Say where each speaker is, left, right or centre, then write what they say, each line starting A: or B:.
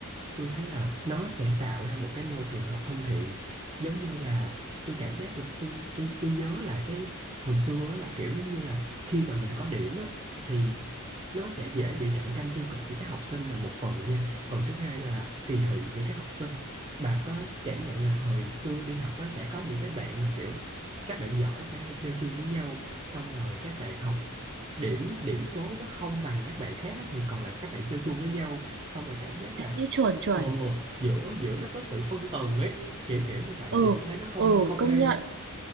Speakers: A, on the right; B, on the right.
A: tôi thấy là nó sẽ tạo ra một cái môi trường học thân thiện giống như là tôi cảm giác tôi tôi tôi tôi nhớ lại cái hồi xưa á, là kiểu giống như là khi mà mình có điểm á, thì nó sẽ dễ bị cạnh tranh tiêu cực giữa các học sinh là một phần nha phần thứ hai là kỳ thị giữa các học sinh bà có cảm nhận là hồi xưa đi học á, sẽ có những cái bạn mà kiểu các bạn giỏi sẽ hay chơi chung với nhau xong rồi các bạn học điểm điểm số nó không bằng các bạn khác á, thì còn lại các bạn chơi chung với nhau xong rồi cảm giác là
B: Thế chuẩn chuẩn
A: Ồ, giữa giữa nó có sự phân tầng ấy, kiểu kiểu như vậy
B: ừ
A: thì tôi thấy nó không
B: ừ
A: không
B: công
A: hay.
B: nhận